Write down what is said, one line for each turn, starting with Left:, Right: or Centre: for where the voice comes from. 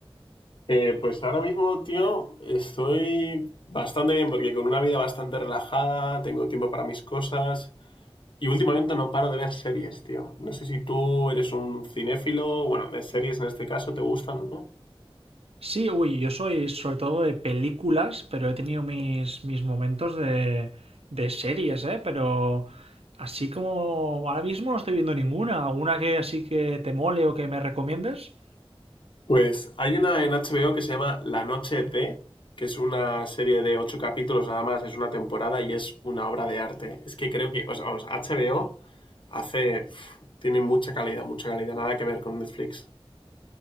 Left: Eh, pues ahora mismo, tío, estoy bastante bien porque con una vida bastante relajada, tengo tiempo para mis cosas y últimamente no paro de ver series, tío. No sé si tú eres un cinéfilo, bueno, de series en este caso, ¿te gustan o no?
Right: Sí, uy, yo soy sobre todo de películas, pero he tenido mis, mis momentos de, de series, ¿eh? Pero así como ahora mismo no estoy viendo ninguna. ¿Alguna que así que te mole o que me recomiendes?
Left: Pues hay una en HBO que se llama La Noche de, que es una serie de ocho capítulos nada más, es una temporada y es una obra de arte. Es que creo que, o sea, vamos, HBO hace. pf, tiene mucha calidad, mucha calidad, nada que ver con Netflix.